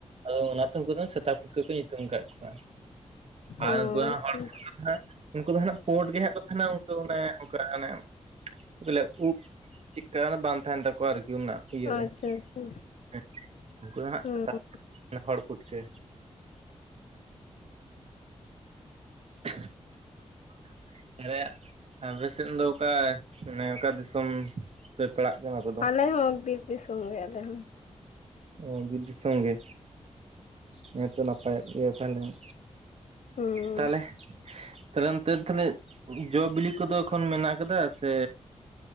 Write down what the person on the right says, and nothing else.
ᱚ ᱚᱱᱟ ᱛᱮ ᱩᱱᱠᱩ ᱫᱚ ᱥᱮᱛᱟ ᱯᱩᱴᱠᱟᱹ ᱠᱚ ᱧᱩᱛᱩᱢ ᱟᱠᱟᱫ ᱠᱚᱣᱟ ᱟᱨ
ᱩᱱᱠᱩᱣᱟᱜ
ᱦᱚᱲ ᱯᱩᱴᱠᱟᱹ. <unintelligible> ᱩᱱᱠᱩ ᱫᱚ ᱦᱟᱸᱜ ᱯᱚᱸᱰ ᱜᱮ ᱦᱟᱸᱜ ᱠᱚ ᱛᱟᱦᱮᱱᱟ ᱩᱱᱠᱩ ᱚᱱᱮ ᱚᱱᱠᱟ ᱚᱱᱮ ᱵᱚᱞᱮ ᱩᱵ ᱪᱤᱠᱟ. ᱬ ᱵᱟᱝ ᱛᱟᱦᱮᱱ ᱛᱟᱠᱚᱣᱟ ᱟᱨ ᱠᱤ ᱚᱱᱟ ᱤᱭᱟᱹ ᱨᱮ
<unintelligible>
ᱩᱱᱠᱩ ᱫᱚ ᱦᱟᱸᱜ
ᱥᱮᱛᱟ ᱯᱩᱴᱠᱟᱹ ᱦᱚᱲ ᱯᱩᱴᱠᱟᱹ. <unintelligible> ᱟᱞᱮᱭᱟᱜ ᱟᱯᱮ ᱥᱮᱫ ᱫᱚ ᱚᱠᱟ ᱢᱟᱱᱮ ᱚᱠᱟ ᱫᱤᱥᱚᱢ ᱯᱮ ᱯᱟᱲᱟᱜ ᱠᱟᱱᱟ ᱟᱯᱮ ᱫᱚ?
ᱚ ᱵᱤᱨ ᱫᱤᱥᱚᱢ ᱜᱮ ᱦᱮᱸ ᱛᱚ ᱱᱟᱯᱟᱭᱚᱜ ᱜᱮᱭᱟ ᱛᱟᱦᱚᱞᱮ ᱢᱟ
ᱛᱟᱦᱟᱞᱮ ᱛᱟᱦᱟᱞᱮ ᱚᱱᱛᱮ ᱫᱟᱜ ᱛᱤᱱᱟ. ᱜ ᱡᱚ ᱵᱤᱞᱤ ᱠᱚᱫᱚ ᱮᱠᱷᱚᱱ ᱢᱮᱱᱟᱜ ᱟᱠᱟᱫᱟ ᱥᱮ